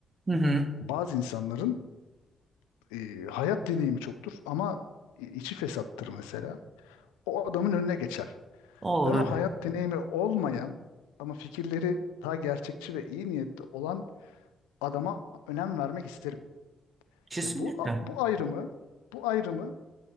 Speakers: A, on the right; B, on the left.
A: Hı hı.
B: Bazı insanların e, hayat deneyimi çoktur ama i- içi fesattır mesela. O adamın önüne geçer.
A: O
B: Ben
A: öyle.
B: o hayat deneyimi olmayan ama fikirleri daha gerçekçi ve iyi niyetli olan adama önem vermek isterim.
A: Kesinlikle.
B: Ve bu a- bu ayrımı bu ayrımı